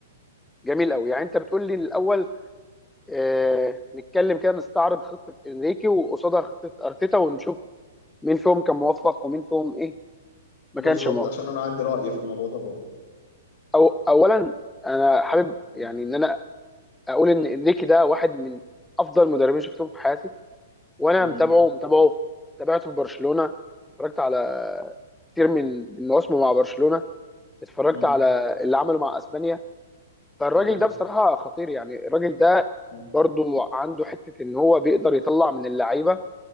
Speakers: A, in the centre; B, on the left.
A: جميل قوي يعني انت بتقول لي الاول آه، نتكلم كده نستعرض خطة انريكي وقصادها خطة ارتيتا ونشوف مين فيهم كان موفق ومين فيهم ايه ما
B: بالظبط
A: كانش موفق
B: عشان انا عندي رأي في الموضوع ده برضه
A: او اولا انا حابب
B: م-
A: يعني ان انا اقول ان انريكي ده واحد من افضل مدربين شفتهم في حياتي وانا
B: م-
A: متابعه متابعه تابعته في برشلونة اتفرجت على كتير من من مواسمه مع برشلونة اتفرجت
B: م-
A: على اللي عمله مع اسبانيا فالراجل
B: أيوه
A: ده بصراحة خطير يعني الراجل ده
B: م-
A: برضو عنده حته ان هو بيقدر يطلع من اللعيبه